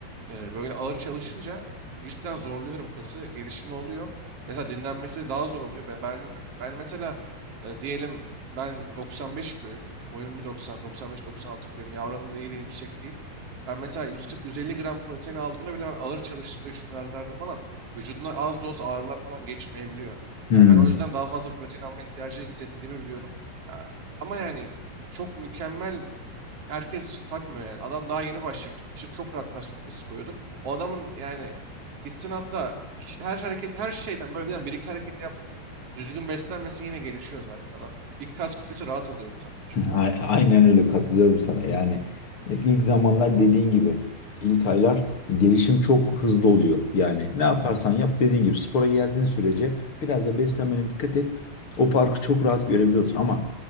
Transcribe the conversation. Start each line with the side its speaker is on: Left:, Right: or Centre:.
Right: Eee, böyle ağır çalışınca cidden zorluyorum kası, gelişimi oluyor. Mesela dinlenmesi daha zor oluyor. Ben, ben, ben mesela e, diyelim ben 95 kiloyum. Boyum 1.90, 95-96 kiloyum. Yavranım da yine yüksek değil. Ben mesela 140-150 gram protein aldığımda bile ben ağır çalıştığımda 3 gün arda arda falan vücudumda az da olsa ağrılar falan geçmeyebiliyor.
Left: Hmm.
Right: Yani ben o yüzden daha fazla protein alma ihtiyacı hissettiğimi biliyorum. Ya, ama yani çok mükemmel herkes takmıyor yani. Adam daha yeni başlamıştır. Çok rahat kas kütlesi koyuyordur. O adamın yani istinatta iki- her hareket her şeyden böyle yani bir iki hareket yapsın. Düzgün beslenmesi yine gelişiyor zaten adam. İlk kas kütlesi rahat alıyor insanlar.
Left: A- Aynen öyle katılıyorum sana. Yani e, ilk zamanlar dediğin gibi ilk aylar gelişim çok hızlı oluyor. Yani ne yaparsan yap dediğin gibi spora geldiğin sürece biraz da beslenmene dikkat et. O farkı çok rahat görebiliyorsun ama